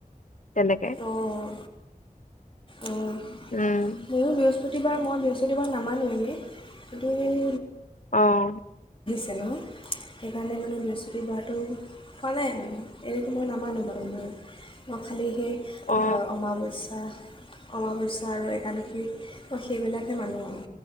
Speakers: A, on the left; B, on the left.
A: তেনেকে
B: অঁ অঁ
A: উম
B: ময়ো বৃহস্পতিবাৰ মই বৃহস্পতিবাৰ নামানো এনেই কিন্তু এই
A: আহ
B: যেনেই সেইকাৰণে মানে বৃহস্পতিবাৰটো খোৱা নাই আৰু এনেকৈ মই নামানো বাৰু মই মই খালি সেই
A: অ
B: অমাৱস্যা আমাবস্যা আৰু একাদশী মই সেইবিলাকে মানো আৰু